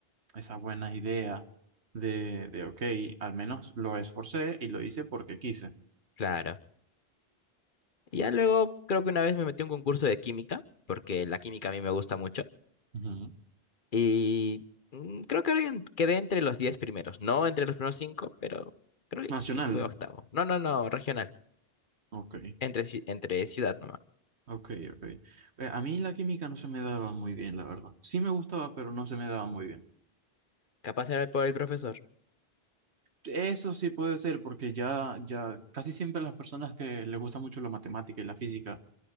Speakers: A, on the right; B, on the left.
A: esa buena idea de, de ok, al menos lo esforcé y lo hice porque quise.
B: Claro. Y ya luego creo que una vez me metí a un concurso de química, porque la química a mí me gusta mucho.
A: Ujú.
B: Y mm, creo que alguien- quedé entre los 10 primeros. No entre los primeros 5, pero creo que
A: Nacional.
B: sí fue octavo. No, no, no, regional.
A: Ok,
B: Entre, ci- entre ciudad nomás.
A: ok, ok. Eh, a mí la química no se me daba muy bien, la verdad. Sí me gustaba, pero no se me daba muy bien.
B: Capaz era por el profesor.
A: Eso sí puede ser, porque ya, ya casi siempre las personas que les gusta mucho la matemática y la física